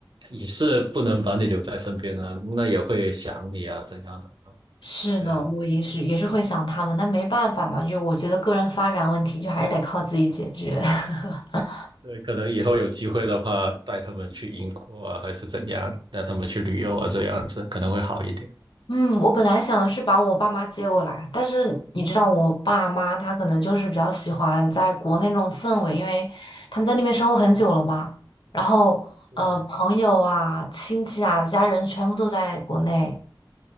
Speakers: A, on the right; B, on the left.
A: 也是不能把你留在身边的，那也会想你啊，怎样的？
B: 是的，
A: 对啊。
B: 我也是也是会想他们，但没办法嘛，就我觉得个人发展问题就还是得靠自己解决。<laughs>
A: 对，可能以后有机会的话，带他们去英国啊，还是怎样，带他们去旅游啊，这样子可能会好一点。
B: 嗯，我本来想的是把我爸妈接过来，但是你知道，我爸妈他可能就是比较喜欢在国内那种氛围，因为他们在那边生活很久了嘛。然后，
A: 对，
B: 呃，朋友啊、亲戚啊、家人全部都在国内。